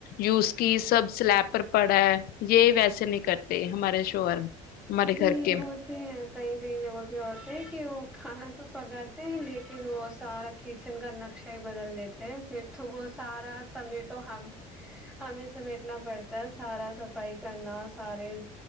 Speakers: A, on the left; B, in the centre.
A: یوز کی سب سلیب پر پڑا ہے یہ ویسے نہیں کرتے ہمارے شوہر ہمارے
B: جی
A: گھر کے
B: ہوتے ہیں کئی کئی جگہ بھی ہوتے ہیں کہ وہ کھانا تو پکاتے ہیں لیکن وہ سارا کچن کا نقشہ ہی بدل دیتے ہیں پھر تو وہت سارا سمیٹو ہم ہمیں سمیٹنا پڑتا ہے سارا صفائی کرنا سارے